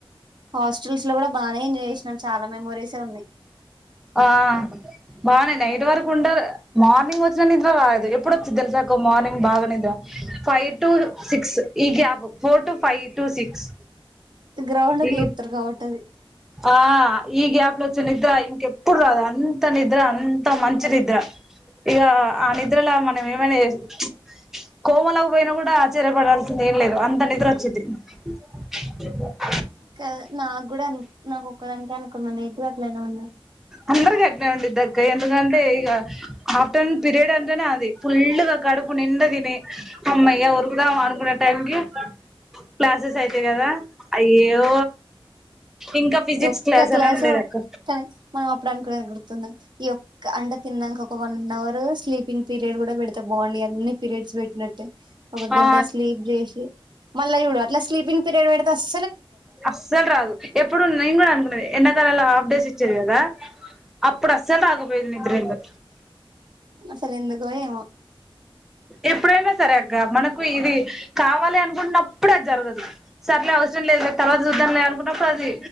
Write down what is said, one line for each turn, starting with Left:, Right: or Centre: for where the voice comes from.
Right: హాస్టల్స్ లో కూడా బానే ఎంజాయ్ చేసినం చాలా మెమోరీసే ఉన్నాయి.
Centre: ఆ బానే నైట్ వరుకు ఉండద్ మార్నింగ్ వచ్చిన నిద్ర రాదు. ఎప్పుడు వచ్చిద్ధి తెలుసక మార్నింగ్ బాగా నిద్ర ఫై టూలు సిక్స్ ఈ gap four two five two six
Right: ground కి
Centre: ఈ
Right: లేపుతరు కాబట్టి అది
Centre: ఆ ఈ గ్యాప్ లొ వచ్చే నిద్ర ఇంకెప్ అంత నిద్ర అంత మంచి నిద్ర ఇగ ఆ నిద్రల మనం ఏమైనా చె కోమలకు పోయినా కూడా ఆశ్చర్యపడాల్సిందేం లేదు అంత నిద్ర వచ్చిద్ది. బ్లాంక్
Right: కద్ నా కూడ అ నాకొక్కదానికి అనుకున్న నీకు కూడా అట్లనే ఉందా.
Centre: అందరికి అట్నే ఉండిదక్క ఎందుకంటే ఇగ హాఫ్టర్నూన్ పీరియడ్ అంటేనే అది ఫుల్లుగా క కడుపునిండ తిని హమ్మయ్య ఒరుగుదాం అనుకున్న టైంకి. క్లాసెస్ అయితయి కదా అయ్యో ఇంక ఫిజిక్స్
Right: ఈ ఒక్క
Centre: క్లాస్
Right: క్లాసు
Centre: అని ఉండేది అక్క.
Right: కానీ మనం అప్పుడనికునేది గుర్తుంద ఈ యొక్క అండ తిన్నంక ఒక వన్ అవర్ స్లీపింగ్ పీరియడ్ కూడా పెడితే బాగుండు ఈ అన్ని పీరియడ్స్ పెట్టినట్టే. ఒక గంట
Centre: ఆ
Right: స్లీప్ చేసి మళ్ళచూడు అట్లా స్లీపింగ్ పీరియడ్ పెడితే అస్
Centre: అస్సలు రాదు ఎప్పుడు నేను కూడా అనుకునేది ఎండాకాలంలో హాఫ్ డేస్ ఇచ్చేది కదా. అప్పుడు అస్సలు రాకపోయేది నిద్ర ఏందో.
Right: అసలు ఎందుకో ఏమో?
Centre: ఎప్పుడైనా సరే అక్క మనకు ఇది కావాలి అనుకున్నప్పుడె అది జరగదు సరెలే అవసరం లేదు లె, తర్వాత చూద్దం లె అనుకున్నప్పుడు అది